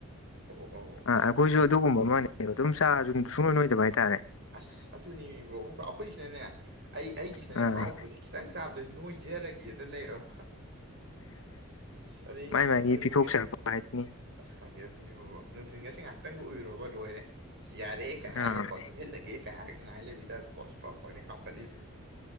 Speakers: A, on the right; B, on the left.
A: ꯑꯧ ꯑꯧ
B: ꯑ ꯑꯩꯈꯣꯏꯁꯨ ꯑꯗꯨꯒꯨꯝꯕ ꯑꯃꯅꯦꯕ ꯑꯗꯨꯝ ꯆꯥꯔꯁꯨ ꯁꯨꯡꯅꯣꯏ ꯅꯣꯏꯗꯕ ꯍꯥꯏꯇꯥꯔꯦ
A: ꯑꯁ ꯑꯗꯨꯅꯦꯃꯤ ꯕ꯭ꯔꯣ ꯑꯩꯈꯣꯏꯁꯤꯅꯅꯦ ꯑꯩ ꯑꯩꯒꯤꯁꯤꯅꯅꯦ
B: ꯑꯥ
A: ꯄꯨꯔꯥ ꯎꯄꯣꯖꯤꯠꯀꯤ ꯈꯤꯇꯪ ꯆꯥꯕꯗ ꯅꯣꯏꯖꯔꯒꯦ ꯂꯩꯔꯕ ꯑꯁ ꯑꯗꯩꯩ
B: ꯃꯥꯏ ꯃꯥꯒꯤ
A: ꯅꯨꯡꯊꯤꯟꯒ
B: ꯄꯤꯊꯣꯛꯆꯔꯛꯄ ꯍꯥꯏꯗꯨꯅꯤ
A: ꯑꯁ ꯈꯪꯗꯦ ꯑꯗꯨꯅꯤꯕ ꯕ꯭ꯔꯣ ꯅꯨꯡꯊꯤꯟꯒꯁꯤ ꯉꯍꯥꯛꯇꯪꯒ ꯎꯏꯔꯣꯕ ꯂꯣꯏꯔꯦ ꯑꯁ ꯌꯥꯔꯦꯍꯦꯒ ꯍꯥꯏꯔꯒꯀꯣ
B: ꯑꯥ
A: ꯅꯣꯏꯍꯜꯂꯒꯦ ꯀꯦꯒ ꯍꯥꯏꯒ ꯉꯥꯏ ꯂꯩꯕꯩ ꯇꯥꯏꯞꯇꯀꯣ ꯄꯛ ꯄꯛꯅꯤ ꯀꯥꯝꯈꯠꯂꯤꯁꯦ